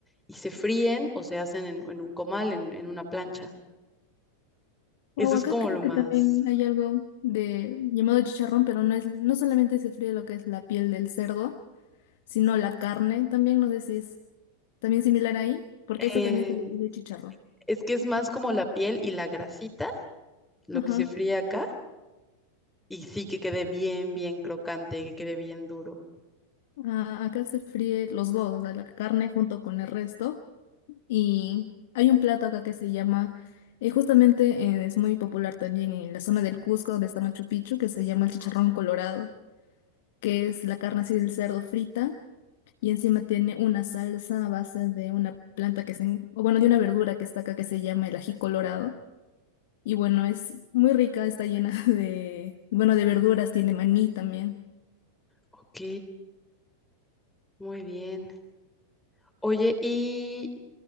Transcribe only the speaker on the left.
O
acá
creo
que
también hay algo de llamado chicharrón, pero no es, no solamente se fríe lo que es la piel del cerdo, sino la carne también, no sé si es también similar ahí, porque
eso también se le dice chicharrón.
Ajá.
Ah, acá se fríe los dos, o sea, la carne junto con el resto. Y hay un plato acá que se llama, eh, justamente eh, es muy popular también en la zona del Cusco, donde está Machu Picchu, que se llama el chicharrón colorado, que es la carne así del cerdo frita y encima tiene una salsa a base de una planta que se, en- o bueno, de una verdura que está acá que se llama el ají colorado. Y bueno, es muy rica, está llena <laughs> de, bueno, de verduras, tiene maní también.